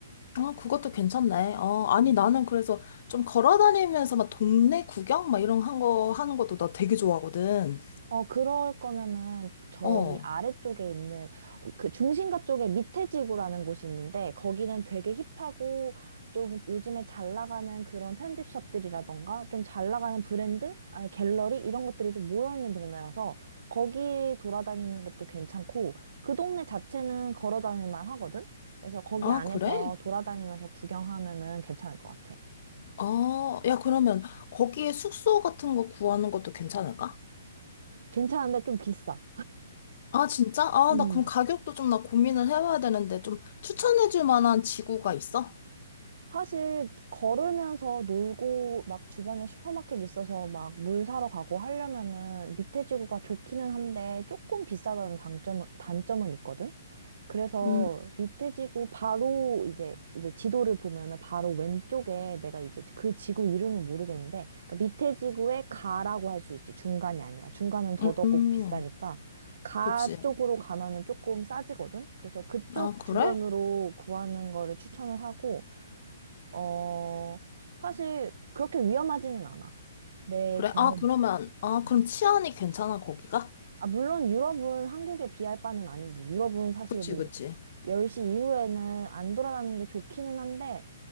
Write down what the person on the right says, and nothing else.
음.
어, 그럴 거면은 저기
아래쪽에 있는 어, 그 중심가 쪽에 밑에 지구라는 곳이 있는데 거기는 되게 힙하고 좀 요즘에 잘 나가는 그런 편집샵들이라던가 좀 잘 나가는 브랜드? 아니 갤러리? 이런 것들이 좀 모여있는 동네라서 거기 돌아다니는 것도 괜찮고 그 동네 자체는 걸어 다닐 만 하거든? 그래서 거기
안에서
돌아다니면서 구경하면은 괜찮을 것 같아.
괜찮은데 좀 비싸.
음.
사실 걸으면서 놀고 막 주변에 슈퍼마켓 있어서 막 물 사러 가고 하려면은 밑에 지구가 좋기는 한데 조금 비싸다는 단점은 단점은 있거든. 그래서
밑에 지구 바로 이제 이제 지도를 보면은 바로 왼쪽에 내가 이제 그 지구 이름은 모르겠는데 그러니까 밑에 지구에 가라고 할 수 있지 중간이 아니라 중간은 더더욱
비싸니까 가
쪽으로 가면은 조금 싸지거든. 그래서 그쪽
주변으로 구하는 거를 추천을 하고 어, 사실 그렇게 위험하지는 않아. 내
경험이.
음.
아, 물론 유럽은 한국에 비할 바는 아니지. 유럽은 사실
뭐
10시 이후에는 안 돌아다니는 게 좋기는 한데